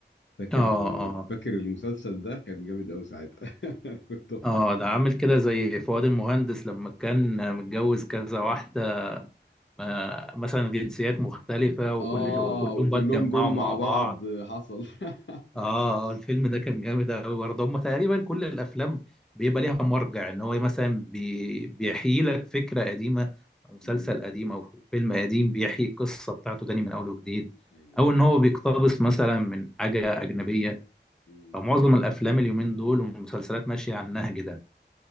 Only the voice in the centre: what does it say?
آه
آه
آه ده عامل كده زي فؤاد المهندس لما كان متجوز كذا واحدة آه مثلا جنسيات مختلفة وكل
وكلهم
بقى اتجمعوا
مع
بعض
اه
آه، الفيلم ده كان جامد قوي برضه هم تقريبا كل الافلام بيبقى ليها مرجع ان هو مثلا بي... بيحيي لك فكره قديمه او مسلسل
قديم او فيلم قديم بيحيي القصه بتاعته تاني من اول وجديد
او
ان هو بيقتبس مثلا من حاجه اجنبيه
فمعظم الافلام اليومين دول والمسلسلات ماشيه على النهج ده